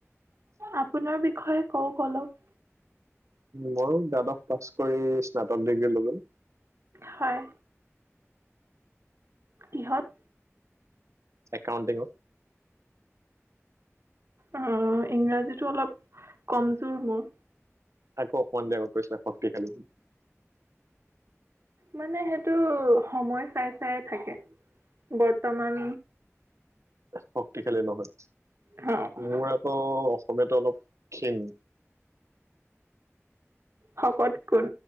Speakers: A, on the right; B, on the right.
A: আপোনাৰ বিষয়ে কওক অলপ।
B: ময়ো দ্বাদশ পাচ কৰি স্নাতক ডিগ্ৰী ল'লো।
A: হয়। কিহত?
B: একাউণ্টিংত।
A: অ', ইংৰাজীটো অলপ কমজোৰ মোৰ।
B: আকৌ অকমান দেৰি আগত কৈছিলা শক্তিশালী বুলি।
A: মানে সেইটো সময় চাই চাইয়ে থাকে বৰ্তমান,
B: শক্তিশালী নহয়?
A: অ',
B: মোৰ আকৌ অ অসমীয়াটো অলপ ক্ষীণ।
A: শকত কোন,